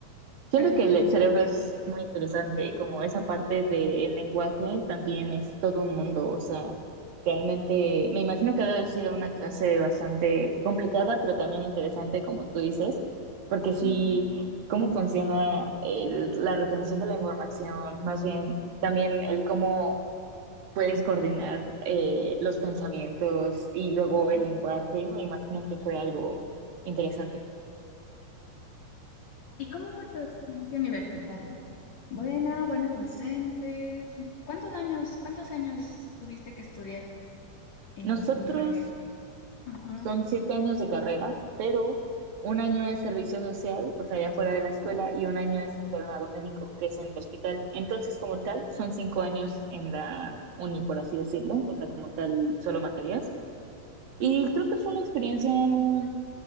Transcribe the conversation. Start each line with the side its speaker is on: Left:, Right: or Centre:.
Right: Siento
Left: Algo
Right: que
Left: en común.
Right: el cerebro es muy interesante y como esa parte del lenguaje también es todo un mundo, o sea, realmente me imagino que debe haber sido una clase bastante complicada, pero también interesante, como tú dices, porque sí,
Left: Ujú,
Right: cómo funciona el- la retención de la información, más bien también el cómo puedes coordinar eh, los pensamientos y luego el
Left: ujú.
Right: lenguaje, me imagino que fue algo interesante.
Left: ¿Y cómo fue tu experiencia universitaria? Buena, buenos docentes. ¿Cuántos años, cuántos años tuviste que estudiar eh,
Right: Nosotros
Left: tu carrera? Ajá.
Right: Son siete años de carrera, pero un año es servicio social, o sea, ya fuera de la escuela,
Left: Ujú,
Right: y un año es internado médico, que es en el hospital. Entonces, como tal, son cinco años en la uni, por así decirlo, o sea, como tal, solo materias. Y
Left: ujú,
Right: creo que fue una experiencia, mm,